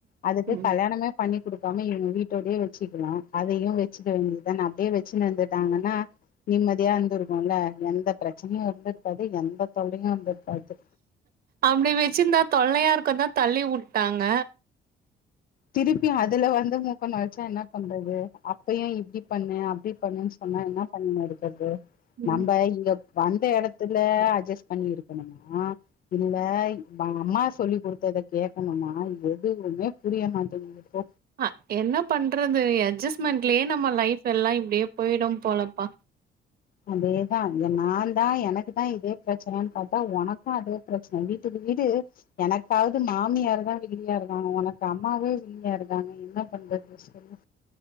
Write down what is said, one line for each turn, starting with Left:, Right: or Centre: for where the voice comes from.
Left: அதுக்கு
Right: ம்
Left: கல்யாணமே பண்ணி குடுக் இவுங்க வீட்டோடயே வெச்சுக்கனோ அதையு வெச்சுக்க வேண்டியது தான அப்படியே வெச்சுனு இருந்துதாங்கனா நிம்மதியா இருந்திருக்கும்ல எந்த பிரச்சனையோ இருந்திருக்காது எந்த தொல்லையோ இருந்திருக்காது
Right: அப்படி வெச்சிருந்தா தொல்லையா இருக்குந்தா தள்ளி வுட்டாங்க
Left: திருப்பி அதுல வந்து மூக்க நொழச்சா என்ன பண்றது அப்பயோ இப்டி பண்ணு அப்டி பனு சொன்னா என்ன பண்ண இருக்கிறது
Right: ம்
Left: நம்ம இங்கப் வந்த எடத்துல அட்ஜஸ்ட் பண்ணி இருக்கணுமா இல்ல அம்மா சொல்லி் குடுத்தத கேக்கணுமா எதுவுமே புரிய மாட்டங்கங்குது போ
Right: அ என்ன பண்றது எட்ஜஸ்ட்மெண்ட்லயே நம்ம லைஃப் எல்லா இப்டியே போயிடும் போலப்பா
Left: அதேதா நா தா எனக்குதா இதே பிரச்சனைன்னு பார்த்தா உனக்கோ அதே பிரச்சன வீட்டுக்கு வீடு எனக்காவது மாமியாரு தா வில்லியா இருக்காங்க உனக்கு அம்மாவே வில்லியா இருக்காங்க என்ன பண்றது சொல்லு